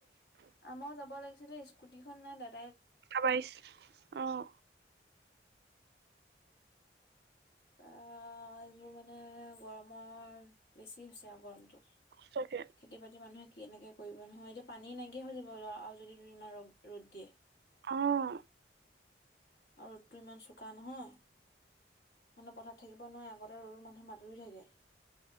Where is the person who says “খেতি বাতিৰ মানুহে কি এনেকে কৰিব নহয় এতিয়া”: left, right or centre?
Left